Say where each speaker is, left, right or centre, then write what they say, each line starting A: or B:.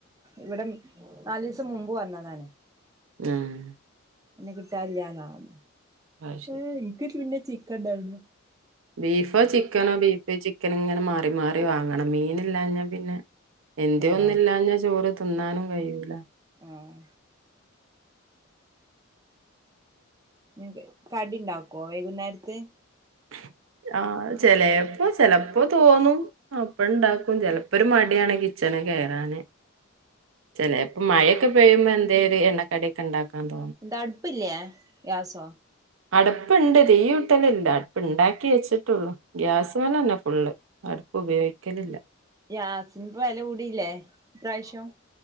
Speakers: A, on the right; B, on the right.
A: ഇവിടെ നാല് ദിവസം മുൻപ് വന്നതാണ്
B: ആഹ്
A: പിന്നെ കിട്ടാനില്ലാതെ ആവും
B: അത്
A: ഏയ് ഇല്ലേൽ പിന്നെ ചിക്കൻ കണ്ടാരുന്നു
B: ബീഫ് ചിക്കന് ബീഫ് ചിക്കന് ഇങ്ങനെ ഇങ്ങനെ മാറി മാറി വാങ്ങണം മീനില്ലാഞ്ഞാ പിന്നെ എന്തേയ്
A: ആഹ്
B: ഒന്നൂലാഞ്ഞ ചോറ് തിന്നാനും കഴിയൂല
A: ഉം <inaudible> കടി ഉണ്ടാക്കുമോ വൈകുന്നേരത്തെ
B: <inaudible> ചെലയപ്പം ചെലപ്പോൾ തോന്നും അപ്പോൾ ഉണ്ടാക്കും ചിലപ്പോൾ ഒരു മടി ആണ് കിച്ചണിൽ കേറാൻ ചെലയപ്പം മഴയെക്കെ മഴപെയ്യുമ്പോൾ എന്തേലും എണ്ണ കടിയെക്കെ ഉണ്ടാക്കാൻ തോന്നും
A: ന്താ അടുപ്പ് ഇല്ലേ ഗ്യാസോ
B: അടുപ്പ് ഉണ്ട് തീ കുത്തലില്ല അടുപ്പ് ഉണ്ടാക്കി വെച്ചിട്ടുള്ളു ഗ്യാസിനാത്ത് തന്നെ ഫുൾ അടുപ്പ് ഉപയോഗിക്കലില്ല
A: ഗ്യാസിന് ഇപ്പോ വില കൂടിയില്ലേ ഇപ്രാവിശ്യം